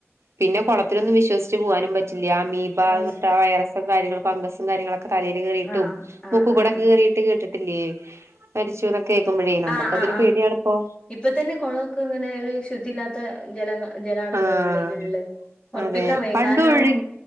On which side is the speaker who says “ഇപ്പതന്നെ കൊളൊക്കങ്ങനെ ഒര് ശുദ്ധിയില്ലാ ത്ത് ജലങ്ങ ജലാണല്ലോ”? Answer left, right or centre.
Left